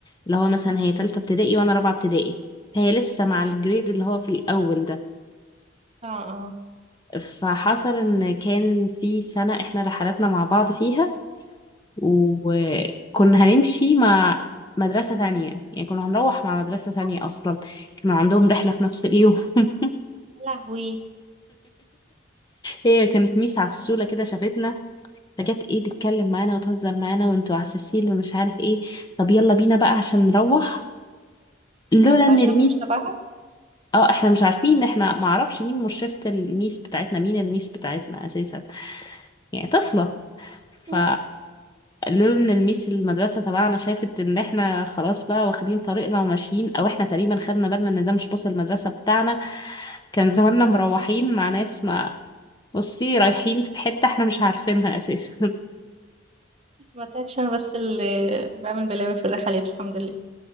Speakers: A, on the left; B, on the right.
A: اللي هو مثلا
B: مم.
A: هي تالتة ابتدائي وأنا رابعة ابتدائي هي لسه مع الجريد اللي هو في الأول ده
B: اه اه
A: فحصل إن كان في سنة إحنا رحلاتنا مع بعض فيها وكنا هنمشي مع مدرسة تانية يعني كنا هنروح مع مدرسة تانية أصلا كانوا عندهم رحلة في نفس اليوم <laughs>
B: يا لهوي
A: هي كانت ميس عسولة كده شافتنا فجت ايه تتكلم معانا وتهزر معانا وانتوا عساسين ومش عارف ايه طب يلا بينا بقى عشان نروح لولا
B: هي ما تعرفش
A: ان الميس
B: نفكش تبعها
A: اه احنا مش عارفين احنا معرفش مين مرشفة الميس بتاعتنا مين الميس بتاعتنا اساسا يعني طفلة ف
B: مم.
A: لولا ان الميس المدرسه تبعنا شافت ان احنا خلاص بقى واخدين طريقنا وماشيين او احنا تقريبا خدنا بالنا ان ده مش باص المدرسه بتاعنا كان زماننا مروحين مع ناس ما بصي رايحين في حته احنا مش عارفينها اساسا <laughs>
B: ما تعرفش أنا بس اللي بعمل بلاوي في الرحلات الحمد لله